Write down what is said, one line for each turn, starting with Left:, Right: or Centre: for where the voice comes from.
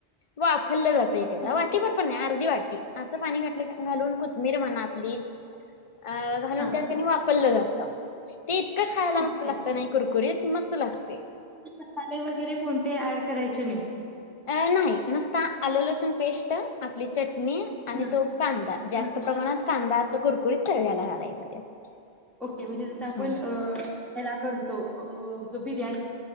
Left: वा खाल्लं जातंय त्याला
Centre: हा
Left: वाटीभर पण नाही आ अर् वाट अस पाणी घालून कोथमीर म्हणा आपली अ हलूनंत
Centre: हा
Left: पल्लं जात ते इतकं खायला
Centre: ओके
Left: मस्त लागतं नाही कुरकुरीत मस्त लागते
Centre: मसाले वगैरे कोणते ते ॲड करायचे नाही
Left: अ नाही नुसता आलं लसण पेस्ट आपली चट म आणि
Centre: हा
Left: तो कांदा जास्त
Centre: हा
Left: प्रमाणात कांदा अस कर गुरतर व घयला घालायचा त्यात
Centre: ओके म्हणजे जस आपण
Left: हा
Centre: ह्याला करतो अ ज बिर्याणी